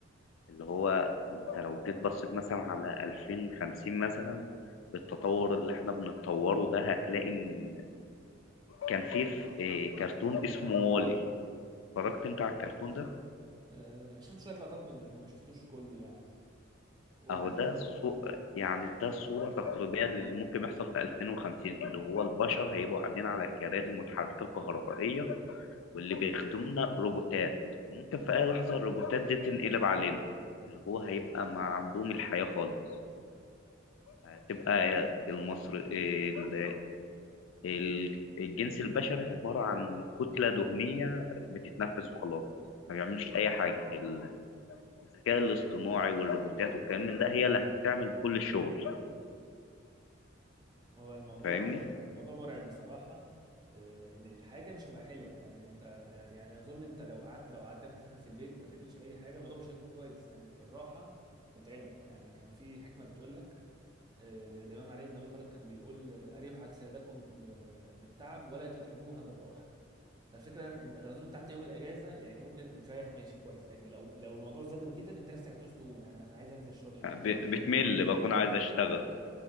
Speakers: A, on the left; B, on the right.
A: اللي هو انت لو جيت بصيت مثلا على 2050 مثلا بالتطور اللي احنا بنتطوره ده هتلاقي ان كان في ف- إيه، كرتون اسمه وولي اتفرجت انت على الكرتون ده
B: أه شفت شويه لقطات منه لكن ما شفتوش كله يعني قول
A: اهو
B: ايه
A: ده الصو... يعني ده الصورة تقريبية للي ممكن يحصل في 2050 اللي هو البشر هيبقوا قاعدين على كراسي متحركة كهربائية واللي بيخدمنا روبوتات وممكن في اي لحظة الروبوتات دي تنقلب علينا اللي هو هيبقى معدوم الحياة خالص هتبقى المصر ال- ال- الجنس البشري عبارة عن كتلة دهنية بتتنفس وخلاص ما بيعملوش أي حاجة ال... الذكاء الاصطناعي والروبوتات والكلام من ده هي اللي هتعمل بكل الشغل
B: هو الموضوع
A: فاهمني
B: موضوع مرعب بصراحه أه ان الحياه كده مش تبقى حلوه يعني انت يعني, يعني اظن انت لو قعدت لو قعدتك مثلا في البيت ما تعملش اي حاجه الموضوع مش هيكون كويس يعني الراحه متعبه يعني كان في حكمه بتقول لك آه، الإمام علي بن أبي طالب كان بيقول آه، أريحوا أجسادكم ب- بالتعب ولا تتعبوها بالراحة فالفكرة إن أنت أنا أظن أنت حتى يوم الأجازة يعني أنت ممكن بتريح ماشي كويس لكن لو لو الموضوع زاد وكتر أنت نفسك هتعوز تقوم يعني أنا عايز أنزل الشغل أنا
A: ب-
B: عايز أروح الجيم
A: بتمل بكون عايز اشتغل